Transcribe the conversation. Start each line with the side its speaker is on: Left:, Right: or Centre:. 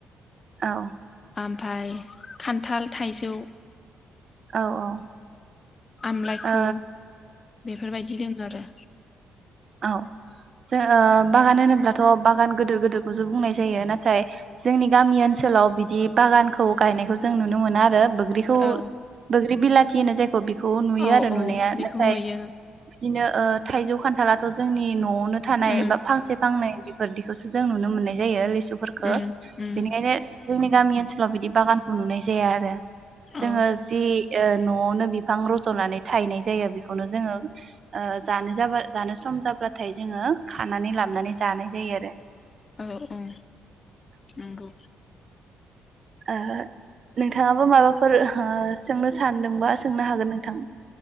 Right: औ।
Left: आमफाय खान्थाल, थाइजौ
Right: औ औ।
Left: आमलायखु
Right: ओ
Left: बेफोरबायदि दोङो आरो।
Right: औ जों ओ बागान होनोब्लाथ' बागान गोदोर गोदोरखौसो बुंनाय जायो नाथाय जोंनि गामि ओनसोलाव बिदि बागानखौ गायनायखौ जों नुनो मोना आरो। बोग्रिखौ बोग्रि
Left: औ
Right: बैग्रि बिलाथि होनो जे बेखौ नुयो
Left: औ
Right: आरो
Left: औ
Right: नुनाया
Left: बेखौ
Right: नाथाय
Left: नुयो
Right: बिदिनो ओ थाइजौ खान्थाला ओ जोंनि न' वावनो थानाय
Left: उम
Right: बा फांसे फांनै बेफोरदिखौसो जों नुनो मोननाय जायो लेसु बेफोरखो
Left: उम उम
Right: बेनिखायनो जोंनि गामि ओनसोलाव बिदि बागानखौ नुनाय जाया आरो।
Left: औ
Right: जोङो जि ओ न'आवनो बिफां रज'नानै थायनाय जायो बेखौनो जोङो ओ जानो जाबा जानो सम सम जाबाथाय जोङो खानानै लाबनानै जानाय जायो आरो।
Left: औ औ नंगौ।
Right: ओ नोंथाङाबो माबाफोर हो सोंनो सानदोंबा सोंनो हागोन नोंथां।